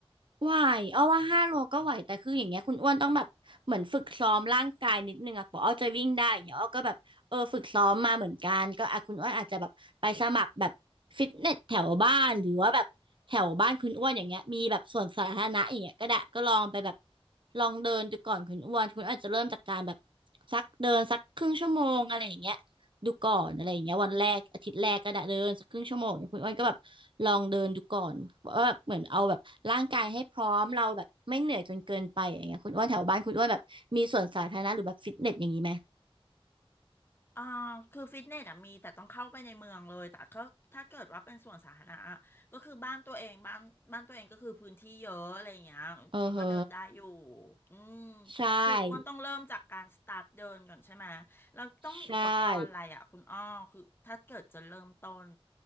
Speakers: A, on the right; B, on the left.
A: ไหวอ้อว่าห้าโลก็ไหวแต่คืออย่างเงี้ยคุณอ้วนต้องแบบเหมือนฝึกซ้อมร่างกายนิดนึงอะกว่าอ้อจะวิ่งได้อย่างเงี้ยอ้อก็แบบเออฝึกซ้อมมาเหมือนกันก็อะคุณอ้วนอาจจะแบบไปสมัครแบบฟิตเนสแถวบ้านหรือว่าแบบแถวบ้านคุณอ้วนอย่างเงี้ยมีแบบส่วนสาธารณะอย่างเงี้ยก็ได้ก็ลองไปแบบลองเดินดูก่อนคุณอ้วนคุณอ้วนอาจจะเริ่มจากการแบบสักเดินสักครึ่งชั่วโมงอะไรอย่างเงี้ย ดูก่อนอะไรอย่างเงี้ยวันแรกอาทิตย์แรกก็ได้เดินสักครึ่งชั่วโมงเนี่ยคุณอ้นก็แบบลองเดินดูก่อนว่าแบบเหมือนเอาแบบร่างกายให้พร้อมเราแบบไม่เหนื่อยจนเกินไปอย่างเงี้ยคุณอ้วนแถวบ้านคุณอ้วนแบบมีสวนสาธารณะหรือแบบฟิตเนสอย่างนี้ไหม
B: อ่าคือฟิตเนสอะมีแต่ต้องเข้าไปในเมืองเลยแต่ก็ถ้าเกิดว่าเป็นส่วนสาธารณะอะก็คือบ้านตัวเองบ้านบ้านตัวเองก็คือพื้นที่เยอะอะไรอย่างเงี้ยคิดว่าเดินได้อยู่
A: เออเฮอ
B: อืม
A: ใช่
B: คืออ้วนต้องเริ่มจากการสตาร์ทเดินก่อนใช่ไหมแล้วต้องมีอุปกรณ์อะไรอะคุณอ้อคือถ้าเกิดจะเริ่มต้น
A: ใช่